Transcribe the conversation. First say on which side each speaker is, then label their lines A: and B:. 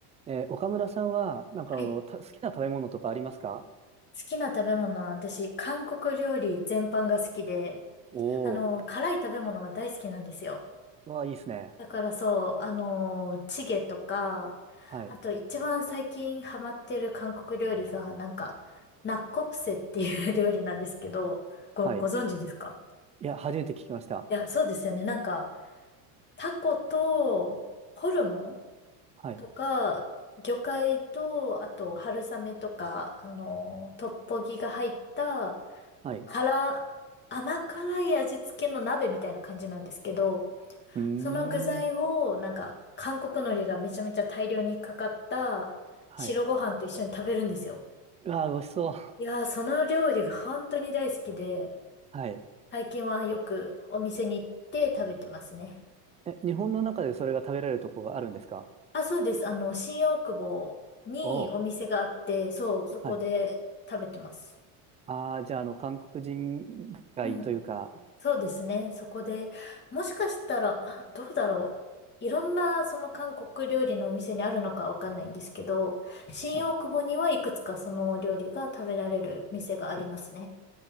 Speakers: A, on the right; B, on the left.
A: えー岡村さんは、なんかあの、
B: はい好
A: た好きな食べ物とかありますか
B: きな食べ物は私、韓国料理全般が好きで、
A: おー、
B: あの、辛い食べ物が大好きなんですよ。
A: わあ、いいですね。
B: だからそう、あの、チゲとか、
A: はい、
B: あと一番最近ハマってる韓国料理が、なんか、ナッコプセっていう <laughs> 料理なんですけど、ご、
A: はい。
B: ご存知ですか
A: いや、初めて聞きました。
B: いや、そうですよね。なんか、タコとホルモン
A: はい、
B: とか、魚介と、あと春雨とか、あの、トッポギが入った、
A: はい。
B: 辛、甘辛い味付けの鍋みたいな感じなんですけど、
A: うーん、
B: その具材を、なんか、韓国海苔がめちゃめちゃ大量にかかった白ご飯と一緒に食べるんですよ。
A: はい。うわあ、美味しそう。
B: いやー、その料理が本当に大好きで、
A: <laughs> はい。
B: 最近はよくお店に行って食べてますね。
A: え、日本の中でそれが食べられるとこがあるんですか
B: あ、そうです。あの、新大久保にお店があって、
A: おー、
B: そう、そこで食べてます。
A: はい。ああ、じゃあ、あの、韓国人街というか、
B: うんそうですね。そこで、もしかしたら、あどうだろう。いろんな、その韓国料理のお店にあるのかわかんないんですけど、新大久保にはいくつかそのお料理が食べられる店がありますね。
A: はい。